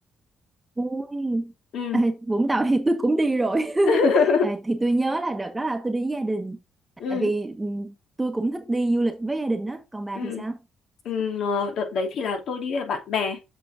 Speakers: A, on the right (about 15°); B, on the left (about 70°).
A: ui.
B: ừ
A: Ê, Vũng Tàu thì tôi cũng đi rồi. <laughs>
B: <laughs>
A: Ê, thì tôi nhớ là đợt đó là tôi đi với gia đình.
B: ừ
A: Tại vì ừ, tôi cũng thích đi du lịch với gia đình á. Còn bà
B: Ừ.
A: thì sao?
B: Ừ, ờ, đợt đấy thì là tôi đi với bạn bè